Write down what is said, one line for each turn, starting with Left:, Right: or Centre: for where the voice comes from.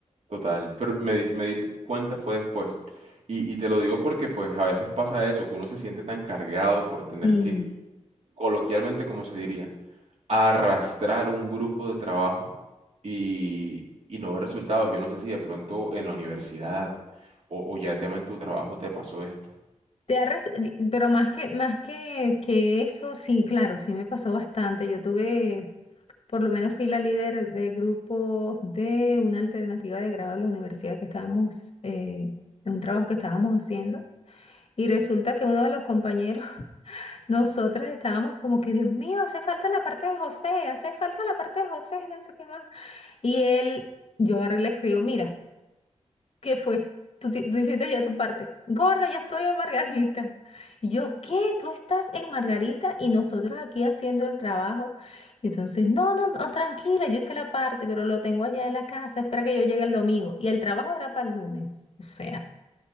Right: Total, pero me di, me di cuenta fue después. Y, y te lo digo porque pues a veces pasa eso, que uno se siente tan cargado por
Left: Sí,
Right: tener que, coloquialmente como se diría, arrastrar un grupo de trabajo y, y no ver resultados. Yo no sé si de pronto en la universidad o, o ya tema en tu trabajo te pasó esto.
Left: Te ha res- di- pero más que, más que, que eso, sí, claro, sí me pasó bastante. Yo tuve, por lo menos fui la líder de grupos de una alternativa de grado a la universidad que estábamos, eh, en un trabajo que estábamos haciendo. Y resulta que uno de los compañeros Nosotras estábamos como que, Dios mío, hace falta la parte de José, hace falta la parte de José, no sé qué más. Y él, yo agarré y le escribo, mira, ¿qué fue? Tú, ti- tú hiciste ya tu parte. Gorda, yo estoy en Margarita. Y yo, ¿qué? Tú estás en Margarita y nosotros aquí haciendo el trabajo. Y entonces, no, no, no, tranquila, yo hice la parte, pero lo tengo allá en la casa, espera que yo llegue el domingo. Y el trabajo era para el lunes, o sea.